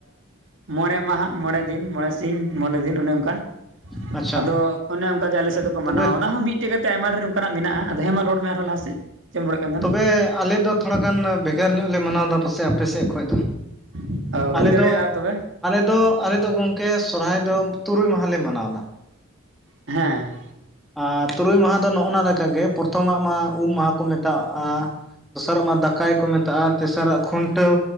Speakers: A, on the right; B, in the centre.
A: ᱢᱚᱬᱮ ᱢᱟᱦᱟ, ᱢᱚᱬᱮ ᱫᱤᱱ, ᱢᱚᱬᱮ ᱥᱤᱧ ᱢᱚᱬᱮᱫᱤᱱ ᱚᱱᱮ ᱚᱱᱠᱟ᱾
B: ᱟᱪᱪᱷᱟ
A: ᱟᱫᱚ ᱚᱱᱮ ᱚᱱᱠᱟᱜᱮ ᱟᱞᱮ ᱥᱮᱫ ᱫᱚᱠᱚ
B: ᱛᱚᱵᱮ
A: ᱢᱟᱱᱟᱣᱟ᱾ ᱚᱱᱟ ᱦᱚᱸ ᱢᱤᱫᱴᱮᱡ ᱠᱟᱛᱮ ᱟᱭᱢᱟ ᱰᱷᱮᱨ ᱚᱱᱠᱟᱱᱟᱜ ᱢᱮᱱᱟᱜᱼᱟ ᱟᱫᱚ ᱦᱮᱸ ᱢᱟ ᱨᱚᱲ ᱢᱮ ᱟᱨᱦᱚᱸ ᱞᱟᱦᱟ ᱥᱮᱫ ᱪᱮᱫ ᱮᱢ ᱨᱚᱲᱮᱫ ᱠᱟᱱ
B: ᱛᱚᱵᱮ ᱟᱞᱮ ᱫᱚ ᱛᱷᱚᱲᱟ ᱜᱟᱱ ᱵᱷᱮᱜᱟᱨ ᱧᱚᱜ ᱞᱮ ᱢᱟᱱᱟᱣᱫᱟ ᱯᱟᱥᱮᱡ ᱟᱯᱮ ᱥᱮᱫ ᱠᱷᱚᱡ ᱫᱚ
A: ᱛᱟᱦᱮᱱᱟ
B: ᱟᱞᱮ
A: ᱦᱩᱭ ᱫᱟᱲᱮᱭᱟᱜᱼᱟ
B: ᱫᱚ?
A: ᱛᱚᱵᱮ
B: ᱟᱞᱮ ᱫᱚ ᱟᱞᱮ ᱫᱚ ᱜᱚᱝᱠᱮ ᱥᱚᱨᱦᱟᱭ ᱫᱚ ᱛᱩᱨᱩᱭ ᱢᱟᱦᱟᱞᱮ ᱢᱟᱱᱟᱣ ᱫᱟ᱾
A: ᱦᱮᱸ᱾
B: ᱟᱨ ᱛᱩᱨᱩᱭ ᱢᱟᱦᱟ ᱫᱚ ᱱᱚᱜᱼᱚ ᱱᱟ ᱞᱮᱠᱟᱜᱮ ᱯᱨᱚᱛᱷᱚᱢᱟᱜ ᱢᱟ ᱩᱢ ᱢᱟᱦᱟ ᱠᱚ ᱢᱮᱛᱟᱜᱼᱟ᱾ ᱫᱚᱥᱟᱨᱟᱜ ᱢᱟ ᱫᱟᱠᱟᱭ ᱠᱚ ᱢᱮᱛᱟᱜᱼᱟ᱾ ᱛᱮᱥᱟᱨᱟᱜ ᱠᱷᱩᱱᱴᱟᱹᱣ